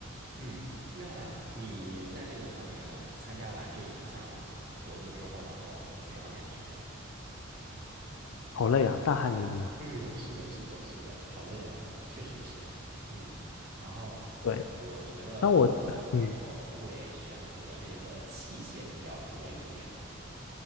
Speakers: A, on the right; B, on the left.
A: 嗯。那你在这个上面参加完这一项活动之后，然后什么感觉？
B: 好累啊，大汗淋漓。
A: 呃，是的，是的，是的，好累啊，确实是，嗯。然后
B: 对，
A: 我觉得有的时候会选择这个器械比较多一点。
B: 当我嗯。